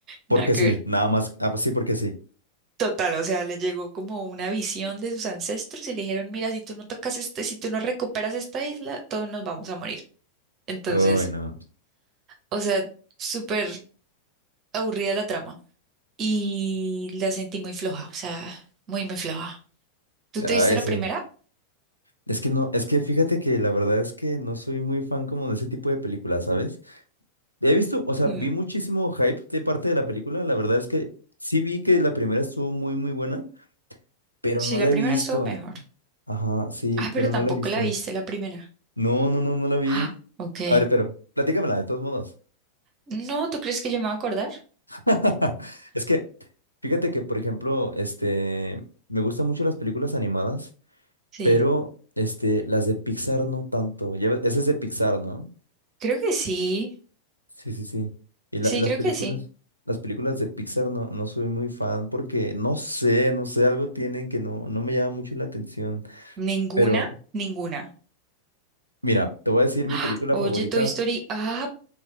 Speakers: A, on the right (about 80°); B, on the right (about 35°).
A: porque
B: nada que
A: sí,
B: ver.
A: nada más, ah, pues sí, porque sí.
B: Total, o sea, le llegó como una visión de sus ancestros y le dijeron, mira, si tú no tocas este, si tú no recuperas esta isla, todos nos vamos a morir. Entonces,
A: Uy, no.
B: o sea, súper aburrida la trama y la sentí muy floja, o sea, muy, muy floja. ¿Tú
A: Ay,
B: te viste la
A: sí.
B: primera?
A: Es que no, es que fíjate que la verdad es que no soy muy fan como de ese tipo de películas, ¿sabes? He visto, o sea,
B: Mm,
A: vi muchísimo hype de parte de la película. La verdad es que sí vi que la primera estuvo muy, muy buena, pero
B: Sí,
A: no
B: la
A: la
B: primera
A: he visto.
B: estuvo mejor.
A: Ajá, sí,
B: Ah, pero
A: pero
B: tampoco
A: no la he visto.
B: la viste la primera.
A: No, no, no, no la vi.
B: Ah, ok.
A: A ver, pero platícamela de todos modos.
B: No, ¿tú crees que yo me voy a acordar?
A: <laughs> Es que, fíjate que, por ejemplo, este, me gustan mucho las películas animadas,
B: Sí,
A: pero, este, las de Pixar no tanto. Ya, ves, esa es de Pixar, ¿no?
B: creo que sí.
A: Sí, sí, sí. Y la-
B: Sí,
A: las
B: creo
A: películas,
B: que sí.
A: las películas de Pixar no, no soy muy fan porque no sé, no sé, algo tienen que no, no me llama mucho la atención.
B: Ninguna,
A: Pero
B: ninguna.
A: mira, te voy a decir mi
B: ¡Ah!
A: película
B: Oye,
A: favorita.
B: Toy Story Up.